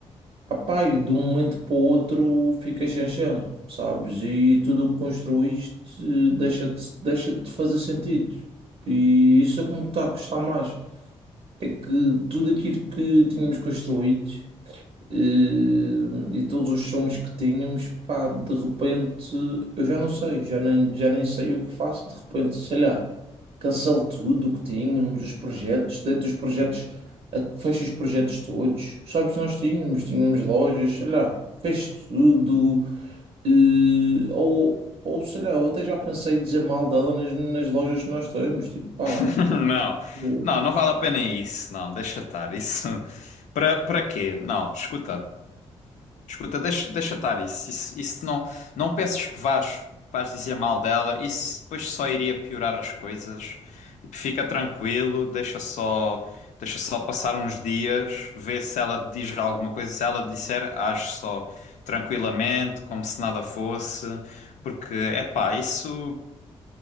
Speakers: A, on the right (about 60°); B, on the left (about 75°).
A: Apá, e de um momento para o outro fica chanchão, sabes? E tudo o que construíste eh, deixa de, deixa de fazer sentido. E isso é como está a custar mais. É que tudo aquilo que tínhamos construído. E, e todos os sons que tínhamos, pá, de repente eu já não sei, já nem, já nem sei o que faço. De repente, sei lá, cancelo tudo o que tínhamos, os projetos, deito os projetos, a- fecho os projetos todos. Sabes, nós tínhamos, tínhamos lojas, sei lá, fecho tudo. E, ou, ou sei lá, eu até já pensei em dizer mal dela nas, nas lojas que nós temos, tipo, pá.
B: <coughs> Não,
A: eu-
B: não, não vale a pena isso. Não, deixa estar. Isso para para quê? Não, escuta, escuta, deixa, deixa estar isso. Isso, isso não, não peças que vás, vás dizer mal dela. Isso depois só iria piorar as coisas. Tipo, Fica tranquilo, deixa só, deixa só passar uns dias, vê se ela te diz alguma coisa. Se ela te disser, age só tranquilamente, como se nada fosse. Porque, é pá, isso.